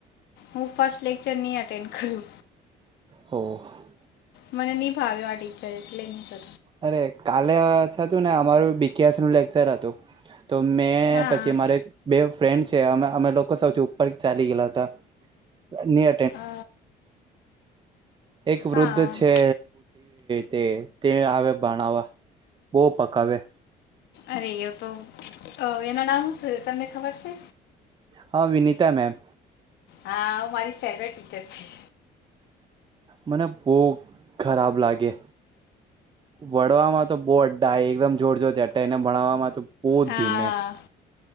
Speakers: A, on the left; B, on the right.
A: હું ફર્સ્ટ લેક્ચર નહી એટેન્ડ કરું.
B: હ
A: મને નહી ભાવ્યો આ ટીચર એટલે નહી તો,
B: અરે કાલે હતું ને અમારું બીકેએસ નું લેક્ચર હતું. તો મેં
A: હા
B: પછી મારે એક બે ફ્રેન્ડ છે અમે અમે લોકો સૌથી ઉપર ચાલી ગયેલા હતા ની
A: અ,
B: એક
A: હા
B: વૃદ્ધ છે. તે તે આવે ભણાવવા બહુ પકાવે.
A: અરે એ તો એના નામ શું છે તમને ખબર છે.?
B: હા વિનતા મેૅમ.
A: હા મારી ફેવરેટ ટીચર છે.
B: મને બહુ ખરાબ લાગે. ભણવામાં તો બહુ એકદમ જોર જોરથી અ એને ભણાવવામાં તો બહુ
A: હા
B: ધીમે.